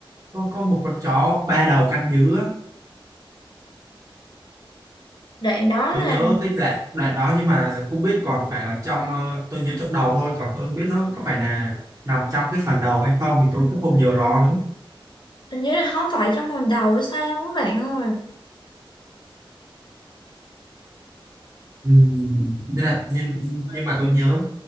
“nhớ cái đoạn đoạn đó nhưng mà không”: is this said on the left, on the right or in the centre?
Right